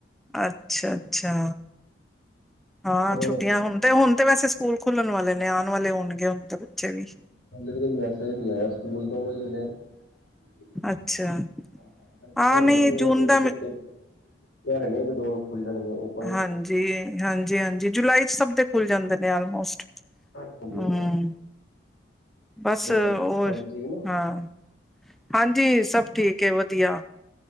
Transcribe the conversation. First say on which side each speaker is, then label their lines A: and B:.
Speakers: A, in the centre; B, on the left (about 70°).
A: ਅੱਛਾ-ਅੱਛਾ, ਹਾਂ
B: ਹਾਂਜੀ।
A: ਛੁੱਟੀਆਂ ਹੁਣ ਤੇ ਹੁਣ ਤੇ ਵੈਸੇ ਸਕੂਲ ਖੁੱਲਣ ਵਾਲੇ ਨੇ, ਆਣ ਵਾਲੇ ਹੋਣਗੇ, ਹੁਣ ਤੇ ਬੱਚੇ ਵੀ।
B: ਹੁਣ ਤੱਕ ਤੇ, ਮੈਸੇਜ ਨਹੀਂ ਆਇਆ ਸਕੂਲ ਤੋਂ ਹੀ ਇਹਨੇ ਰਹੇ
A: ਅੱਛਾ,
B: ਨੇ,
A: ਹਾਂ ਨਹੀਂ
B: ਇੱਕ--ਇੱਕ
A: ਜੂਨ ਦਾ ਮ
B: ਘਹਿ ਰਹੇ ਨੇ, ਇੱਕ-ਦੋ ਨੂੰ ਖੁੱਲ ਜਾਣਗੇ, ਉਹ।
A: ਹਾਂਜੀ, ਹਾਂਜੀ-ਹਾਂਜੀ ਜੁਲਾਈ'ਚ ਸਭ ਦੇ ਖੁੱਲ ਜਾਂਦੇ ਨੇ, ਆਲਮੋਸਟ।
B: ਹਾਂਜੀ
A: ਹੂੰ, ਬਸ
B: ਬੱਪਾ ਜੀ
A: ਓਰ,
B: ਭਾਅ ਜੀ ਠੀਕ ਨੇ
A: ਹਾਂ ਹਾਂਜੀ ਸਭ ਠੀਕ ਏ, ਵਧੀਆ।